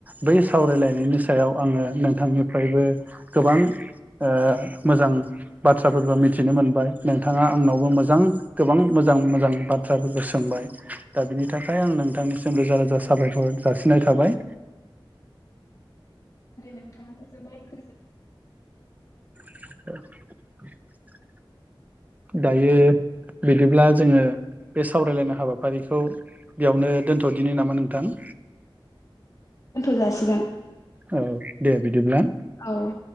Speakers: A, on the right; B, on the left.
A: बै सावरायलायनायनि सायाव आङो नोंथांनिफ्रायबो गोबां ओ मोजां बाथ्राफोरखौ मिथिनो मोनबाय नोंथाङा आंनावबो मोजां गोबां मो मोजां मोजां बाथ्राफोरखौ सोंबाय दा बिनि थाखाय आं नोंथांनिसिम रोजा रोजा साबायखर जासिनाय थाबाय
B: नोंथां जोबोद गोजोन
A: <inaudible> औ दायो बिदिब्ला जोङो बे सावरायलायनाय हाबाफारिखौ बेयावनो दोनथदिनि नामा नोंथां?
B: थजासिगोन
A: औ दे बिदिब्ला
B: औ